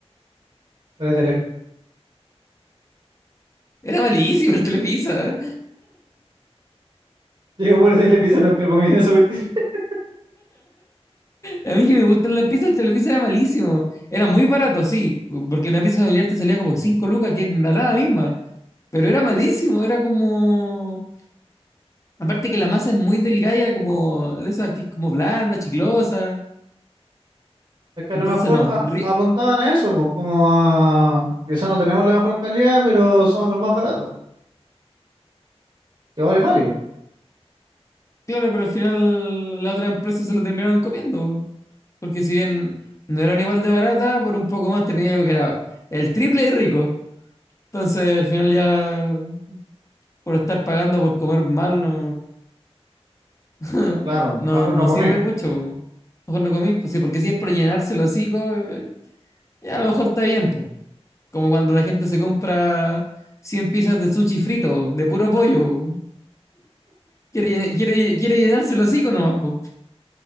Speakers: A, on the right (about 55°); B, on the left (about 30°).
A: pero
B: Era malísimo el Telepizza.
A: Digo, por el episodio nunca comí esa cuestión. <laughs>
B: A mí que me gustan las pizzas, el Telepizza era malísimo. Era muy barato, sí, porque una pizza familiar te salía como 5 lucas, que era nada misma. Pero era malísimo, era como. Aparte que la masa es muy delgada, y era como de esas que es como blanda, chiclosa.
A: Es que a
B: Entonces,
A: lo mejor
B: no.
A: a-
B: ri-
A: apuntaban a eso, pues, como a quizás no tenemos la mejor calidad, pero somos los más baratos, que vale válido.
B: Claro, pero al final la otra empresa se lo terminaron comiendo. Porque si bien no eran igual de barata, por un poco más tenía algo que era el triple y rico. Entonces, al final ya por estar pagando por comer mal, no, <laughs>
A: Claro,
B: No,
A: mejor
B: no
A: no comí
B: sirve mucho. Po. Mejor no comí, pues sí, porque si es por llenarse el hocico, eh, ya a lo mejor está bien, pues. Como cuando la gente se compra 100 piezas de sushi frito, de puro pollo. Po. Quiere, llena- quiere, quiere llenarse el hocico nomás, pues.